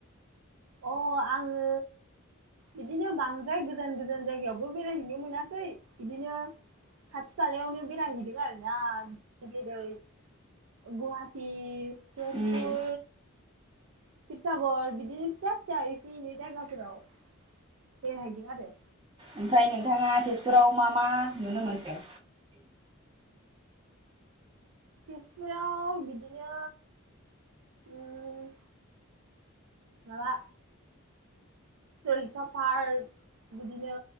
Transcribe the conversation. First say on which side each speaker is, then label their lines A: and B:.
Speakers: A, on the right; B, on the right.
A: अ आङो बिदिनो बांद्राय गोजान गोजान जायगायावबो बेरायहैनो मोनाखै बिदिनो खाथि खालायावनो बेराइ हैदों आरो ना गेदै गुवाहाटि तेजपुर
B: उम
A: सिबसागर बिदिनो फिसा फिसा इसे एनै जायगाफ्राव बेरायहैदों आरो
B: ओमफाय नोंथाङा तेजपुराव मा मा नुनो मोनखो?
A: तेजपुराव बिदिनो उम माबा सलिथा पार्क बिदिनो